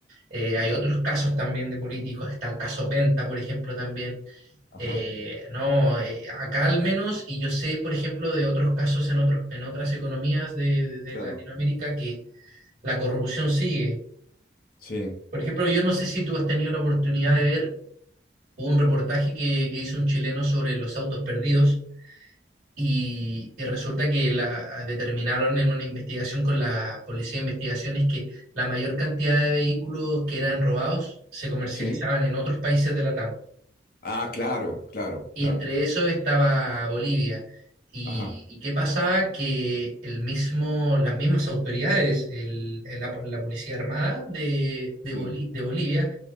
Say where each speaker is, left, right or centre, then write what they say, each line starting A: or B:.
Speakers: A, on the right (about 55°); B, on the left (about 50°).
A: Eh, hay
B: claro,
A: otros casos también de políticos, está el caso Penta, por ejemplo, también.
B: ajá,
A: Eh, no, eh, acá al menos, y yo sé, por ejemplo, de otros casos en otros, en otras economías de, de- de
B: claro,
A: Latinoamérica que la corrupción sigue.
B: sí,
A: Por ejemplo, yo no sé si tú has tenido la oportunidad de ver hubo un reportaje que, que hizo un chileno sobre los autos perdidos y, y resulta que la, ah, determinaron en una investigación con la Policía de Investigaciones que la mayor cantidad de vehículos que eran robados se comercializaban
B: sí,
A: en otros países de la TAM.
B: ah, claro, claro,
A: Y
B: claro,
A: entre eso estaba Bolivia. ¿Y,
B: ajá,
A: y qué pasaba? Que el mismo, las mismas autoridades, el- el- la, la Policía Armada de, de
B: sí,
A: Boli- de Bolivia,